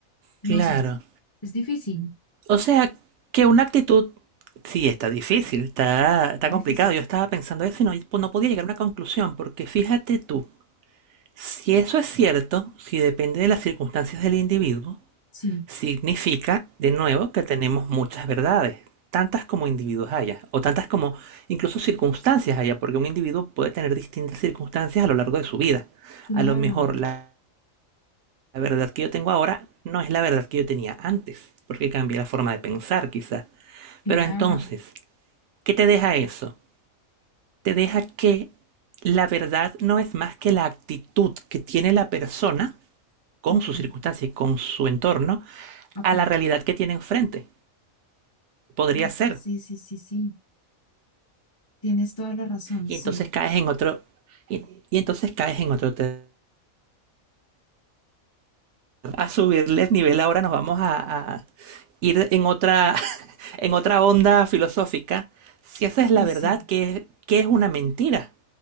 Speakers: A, on the left; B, on the right.
A: no
B: claro.
A: sé, es difícil,
B: O sea, que una actitud, sí, está difícil, está, está
A: está
B: complicado.
A: difícil.
B: Yo estaba pensando eso y no, no podía llegar a una conclusión, porque fíjate tú, si eso es cierto, si depende de las circunstancias del individuo,
A: Sí,
B: Significa, de nuevo, que tenemos muchas verdades, tantas como individuos haya, o tantas como incluso circunstancias haya, porque un individuo puede tener distintas circunstancias a lo largo de su vida.
A: claro,
B: A lo mejor la, la verdad que yo tengo ahora no es la verdad que yo tenía antes, porque cambié la forma de pensar quizás.
A: claro.
B: Pero entonces, ¿qué te deja eso? Te deja que la verdad no es más que la actitud que tiene la persona con
A: ujú,
B: su circunstancia y con su entorno
A: Ok,
B: a la realidad que tiene enfrente. Podría
A: Uf,
B: ser,
A: sí, sí, sí, sí, tienes toda la razón,
B: y
A: sí.
B: entonces caes en otro, y, y entonces caes en otro terreno. A subirles nivel ahora nos vamos a, a ir en otra, <laughs> en otra onda filosófica. Si esa
A: Ay,
B: es la verdad,
A: sí.
B: ¿qué, qué es una mentira?